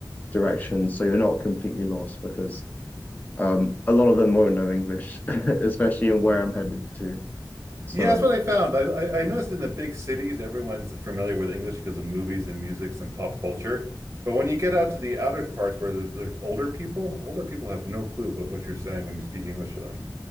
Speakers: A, on the left; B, on the right.
A: directions. So you're not completely lost because um, a lot of them won't know English, <laughs> especially in where I'm headed to. So,
B: Yeah, that's what I found. I, I, I noticed in the big cities, everyone's familiar with English because of movies and music and pop culture. But when you get out to the outer parts where the, there's older people, older people have no clue what, what you're saying when you speak English to them.